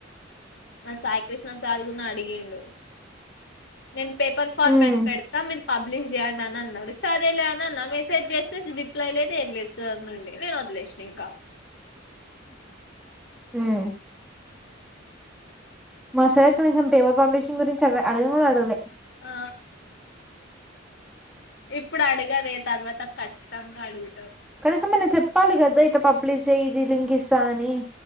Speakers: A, on the left; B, in the centre.
A: మా సాయి కృష్ణ సార్ గున్నా అడిగిండు నేను పేపర్ ఫార్మాట్
B: హ్మ్
A: పెడతా మీరు పబ్లిష్ జేయండి అని అన్నాడు సరేలే అని అన్నా మెసేజ్ జేస్తే రిప్లై లేదు ఏం లేదు సార్ నుండి నేను వ లేస్సిన ఇంక
B: హ్మ్ మా సర్ కనీసం పేపర్ పబ్లిషింగ్ గురించి అ అడగను గూడా అడగలే
A: ఆ ఇప్పుడు అడగలే తర్వాత ఖచ్చితంగా అడుగు
B: కనీసం అయిన చెప్పాలి కదే ఇటు పబ్లిష్ జెయ్ ఇది లింక్ ఇస్తా అని